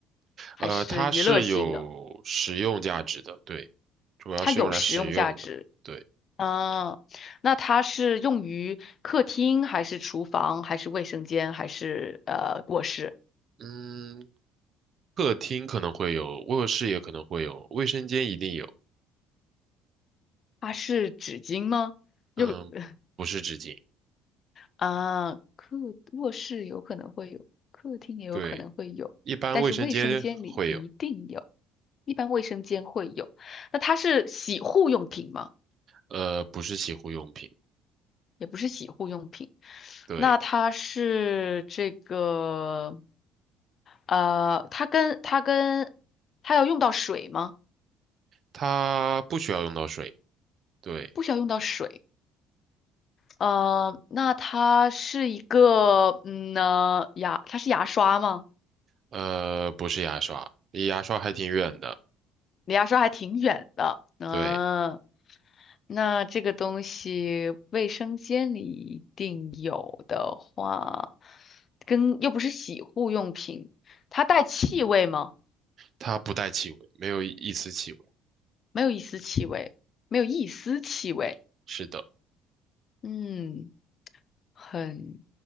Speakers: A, on the left; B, on the right.
A: 还是娱乐性的？
B: 呃，它是有食用价值的，对，主要是用来使用的，
A: 它有实用价值。
B: 对，
A: 嗯，那它是用于客厅，还是厨房，还是卫生间，还是呃卧室？
B: 嗯，客厅可能会有，卧室也可能会有，卫生间一定有，
A: 它是纸巾吗？
B: 嗯，
A: 又 <laughs>
B: 不是纸巾，
A: 啊，客卧室有可能会有，客厅也有可能会有，
B: 对，一般卫生间会有，
A: 但是卫生间里一定有，一般卫生间会有。那它是洗护用品吗？
B: 呃，不是洗护用品，
A: 也不是洗护用品，
B: 对，
A: 那它是这个，呃，它跟它跟它要用到水吗？
B: 它不需要用到水。对。
A: 不需要用到水。呃，那它是一个，嗯呢，牙，它是牙刷吗？
B: 呃，不是牙刷，离牙刷还挺远的。
A: 离牙刷还挺远的。嗯，
B: 对，
A: 那这个东西卫生间里一定有的话，跟又不是洗护用品，它带气味吗？
B: 它不带气味，没有一一丝气味。
A: 没有一丝气味，没有一丝气味。
B: 是的，
A: 嗯，很